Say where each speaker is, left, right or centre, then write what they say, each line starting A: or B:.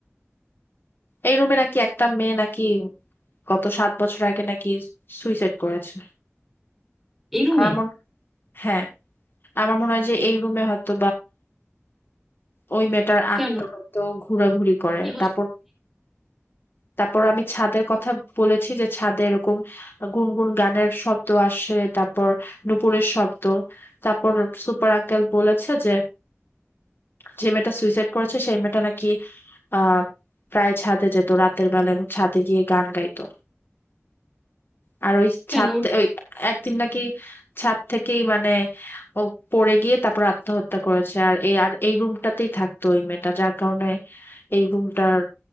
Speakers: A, on the left; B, in the centre.
A: এই রুমে নাকি একটা মেয়ে নাকি গত সাত বছর আগে নাকি সুইসাইড করেছে
B: এই রুমে
A: আমার মনে হ্যাঁ আমার মনে হয় যে এই রুমে হয়তো ওই মেয়েটার আত্মা
B: কেন
A: হয়তো ঘোরাঘুরি করে
B: কি হস-
A: তারপর তারপর আমি ছাদের কথা বলেছি যে ছাদে এরকম গুনগুন গানের শব্দ আসে তারপর নুপুরের শব্দ তারপর সুপার আঙ্কেল বলেছে যে যে মেয়েটা সুইসাইড করেছে সেই মেয়েটা নাকি আহ প্রায় ছাদে যেত রাতের বেলা এবং ছাদে গিয়ে গান গাইতো আর ওই
B: কেন
A: ছাদ
B: ওর-
A: ওই একদিন নাকি ছাদ থেকেই মানে ও পড়ে গিয়ে তারপর আত্মহত্যা করেছে আর এই আর এই রুমটাতেই থাকতো ওই মেয়েটা যার কারণে এই রুমটার